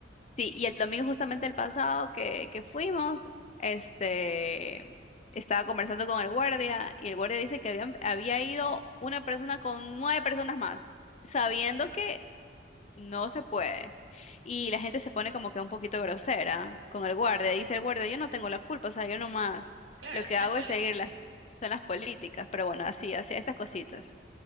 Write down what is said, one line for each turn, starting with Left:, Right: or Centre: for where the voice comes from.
Left: Sí, y el domingo justamente el pasado que, que fuimos, este, estaba conversando con el guardia y el guardia dice que habían, había ido una persona con nueve personas más, sabiendo
Right: Mm,
Left: que no se puede. Y la gente se pone como que un poquito grosera con el guardia. Dice el guardia, yo no tengo la culpa, o sea, yo nomás
Right: Claro,
Left: lo que
Right: son
Left: hago
Right: las políticas.
Left: es seguir las, son las políticas, pero bueno, así, así, esas cositas.